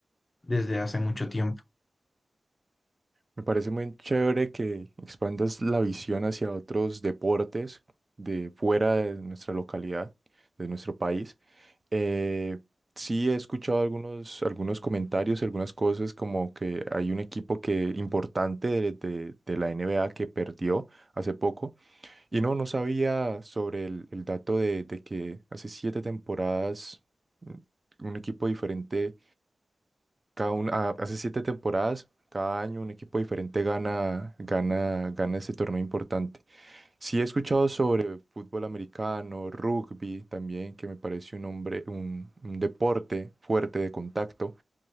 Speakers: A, on the left; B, on the right.
A: desde hace mucho tiempo.
B: Me parece muy chévere que expandas la visión hacia otros deportes de fuera de nuestra localidad, de nuestro país. Eh, sí he escuchado algunos, algunos comentarios, algunas cosas como que hay un equipo que importante de, de- de la NBA que perdió hace poco. Y no, no sabía sobre el, el dato de, de que hace siete temporadas mm, un equipo diferente, cada un- ah, hace siete temporadas, cada año un equipo diferente gana, gana, gana ese torneo importante. Sí he escuchado sobre fútbol americano, rugby también, que me parece un hombre, un, un deporte fuerte de contacto